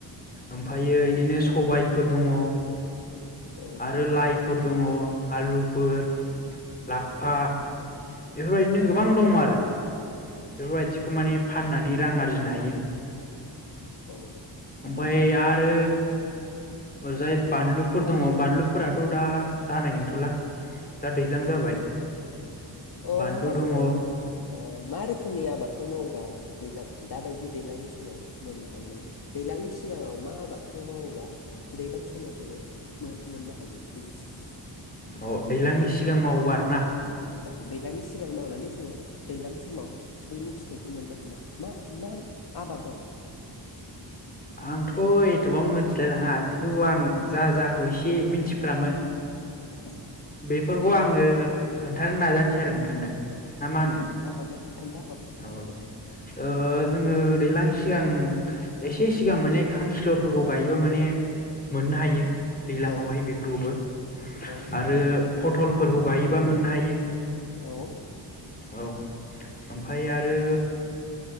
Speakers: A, on the left; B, on the left.
A: ओमफ्रायो बिदिनो सबायफोर दङ
B: औ
A: आरो लाइ फोर दङ आलुफोर लाफा
B: औ
A: बेफोरबायदिनो गोबां
B: औ
A: दङ आरो बेफोरबायदिखौ माने फाननानै रां आरजिनो हायो
B: औ
A: ओमाय आरो ओरजाय बानलुफोर दङ बानलुफोराथ' दा जानाय नंथ'ला दा दैज्लां जाबाय
B: औ अ
A: बानलु
B: होमबा
A: दङ
B: जोङो ओ मा रोखोमनि आबादखौ मावोबा दैजलां दाबायदि दैज्लांनि समाव मोननो हायो माने दैज्लांनि सिगाङाव मा आबादखौ मावोबा दैज्लां समाव जोङो मोननो हायो बिनि फिथाइखौ
A: अ दैज्लांनि सिगां मावोबा आरो ना
B: औ दैलांनि सिगां मावनानै जोङो दैलां समाव बैनि फिथाइखौ मोननो हानाय मा मा आबाद दङ
A: आंथ' एथ'बां मोनथिलायलाङा खिन्थु आं जा जाखौ एसे मिथिफ्रामो
B: औ
A: बेफोरखौ आङो खोन्थानो नाजानोसै आरो नोंथांनो हा मा
B: औ
A: होनो
B: खोन्थाहरलाय खोन्थाहरलाय
A: औ दे ओ जोङो दैज्लां सिगां एसे सिगां माने खांखिलरफोरखौ गायोबा माने मोननो हायो दैलांवहाय
B: औ
A: बेफोरखौबो
B: औ
A: आरो फत टलफोरखौ गायोबा मोननो हायो
B: औ
A: औ ओमफ्राय आरो